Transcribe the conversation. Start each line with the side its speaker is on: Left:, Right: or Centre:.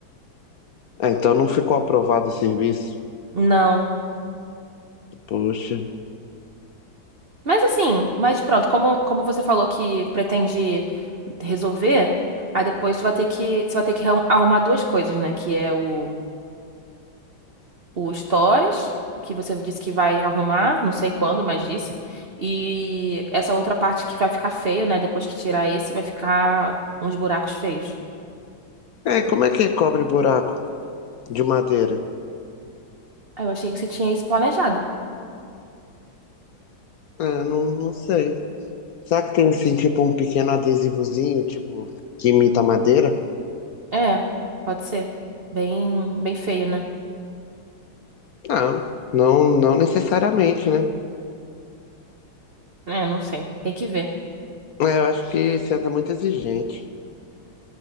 Left: É, então não ficou aprovado o serviço.
Right: Não.
Left: Poxa.
Right: Mas assim, mas pronto, como, como você falou que pretende resolver, aí depois você vai ter que, você vai ter que arrum- arrumar duas coisas, né? Que é o, o Stories, que você disse que vai arrumar, não sei quando, mas disse. E essa outra parte que vai ficar feio, né? Depois que tirar esse, vai ficar uns buracos feios.
Left: É, como é que cobre buraco de madeira?
Right: Ah, eu achei que você tinha isso planejado.
Left: É, não, não sei. Será que tem assim, tipo, um pequeno adesivozinho, tipo, que imita madeira?
Right: É, pode ser. Bem, bem feio, né?
Left: Não, não, não necessariamente, né?
Right: É, não sei. Tem que ver.
Left: É, eu acho que você anda muito exigente.